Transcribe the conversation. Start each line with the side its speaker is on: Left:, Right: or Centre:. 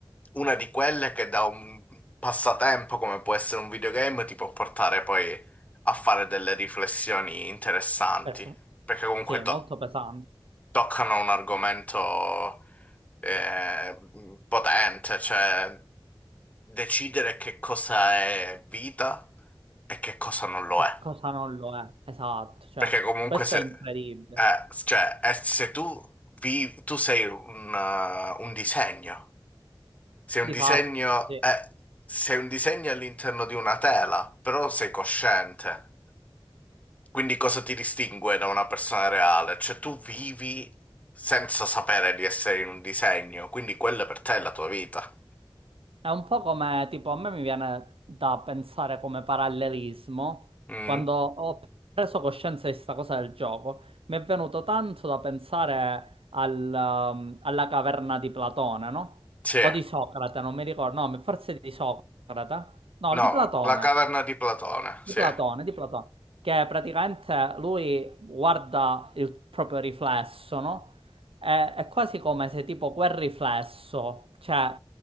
Left: una di quelle che da un passatempo come può essere un videogame ti può portare poi a fare delle riflessioni interessanti,
Right: Pes-
Left: perché comunque
Right: Sì,
Left: to-
Right: molto pesante.
Left: toccano un argomento eh, potente, cioè decidere che cosa è vita e che cosa non lo
Right: E
Left: è.
Right: cosa non lo è, esatto, cioè,
Left: Perché comunque
Right: questo
Left: se,
Right: è incredibile,
Left: eh, cioè, eh, se tu, vi- tu sei un eh, un disegno. Se
Right: di
Left: un disegno
Right: fatto, sì. Eh,
Left: è, se un disegno è all'interno di una tela, però sei cosciente. Quindi cosa ti distingue da una persona reale? Cioè tu vivi senza sapere di essere in un disegno, quindi quella per te è la tua vita.
Right: È un po' come, tipo, a me mi viene da pensare come parallelismo,
Left: Mm?
Right: quando ho preso coscienza di sta cosa del gioco, mi è venuto tanto da pensare al, um, alla caverna di Platone, no?
Left: Sì. Eh,
Right: O di Socrate, non mi ricordo, no, forse di Socrate, no, di
Left: No,
Right: Platone.
Left: la caverna di Platone, sì,
Right: Di Platone, di Platone, che praticamente lui guarda il proprio riflesso, no? E- È, quasi come se tipo quel riflesso, cioè,